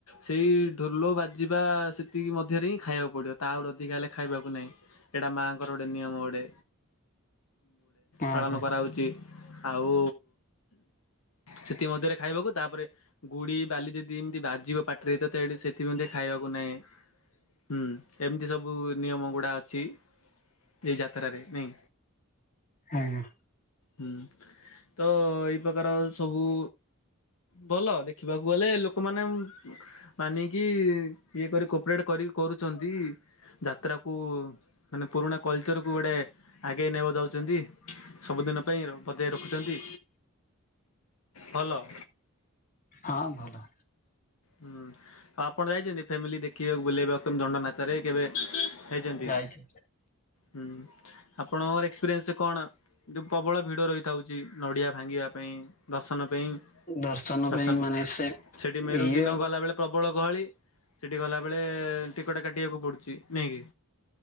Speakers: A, on the left (about 75°); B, on the left (about 40°).
A: ସେଇ ଢୋଲ ବାଜିବା ସେତିକି ମଧ୍ୟରେ ହିଁ ଖାଇବାକୁ ପଡିବ ତା ଗଡ ଅଧିକା ହେଲେ ଖାଇବାକୁ ନାହିଁ। ଏଇଟା ମାଆଙ୍କର ଗୋଟେ ନିୟମ ଗୋଟେ
B: ଆଜ୍ଞା
A: ପାଳନ କରାହୋଉଛି ଆଉ ସେଥିମଧ୍ୟରେ ଖାଇବାକୁ ତାପରେ ଗୁଡି ବାଲି ଯଦି ଏମିତି ବାଜିବ ପାଟିରେ ତତେ ହେଠି ସେଥି ମଧ୍ୟ ଖାଇବାକୁ ନାହିଁ। ହୁଁ ଏମିତି ସବୁ ନିୟମ ଗୁଡା ଅଛି। ଏ ଯାତ୍ରାରେ ନାଇଁ
B: ଆଜ୍ଞା।
A: ହୁଁ ତ ଏଇ ପ୍ରକାର ସବୁ ଭଲ ଦେଖିବାକୁ ଗଲେ ଲୋକମାନେ ମାନିକି ଇଏ କରି କୋପରେଟ୍ କରି କରୁଛନ୍ତି ଯାତ୍ରାକୁ ମାନେ ପୁରୁଣା କଲଚରକୁ ଗୋଟେ ଆଗେଇ ନେବା ଯାଉଛନ୍ତି ସବୁଦିନ ପାଇଁ ଆଉ। ବଜାୟ ରଖୁଛନ୍ତି ଭଲ।
B: ହଁ ଭଲ।
A: ହୁଁ ଆଉ ଆପଣ ଯାଇଛନ୍ତି ଫ୍ୟାମିଲି ଦେଖିବାକୁ ବୁଲେଇବା କେମିତି ଦଣ୍ଡ ନାଚରେ କେବେ? ହେଇଛନ୍ତି।
B: ଯାଇଛି
A: ହୁଁ ଆପଣଙ୍କର ଏକ୍ସପିରିଏନ୍ସ କଣ ଯଉ ପ୍ରବଳ ଭିଡ ରହିଛି? ଉଥାହୋଉଛି ନଡ଼ିଆ ଭାଙ୍ଗିବା ପାଇଁ ଦର୍ଶନ ପାଇଁ।
B: ଦର୍ଶନ
A: ତାସନ୍
B: ପାଇଁ ମାନେ ସେ
A: ସେଠି ମେରୁଦ୍ଦିନ
B: ଇଏ
A: ଗଲା। ଗଲା ବେଳେ ପ୍ରବଳ ଗହଳି ସେଠି ଗଲାବେଳେ ଟିକଟ କାଟିବାକୁ ପଡୁଛି ନାଇଁ କି।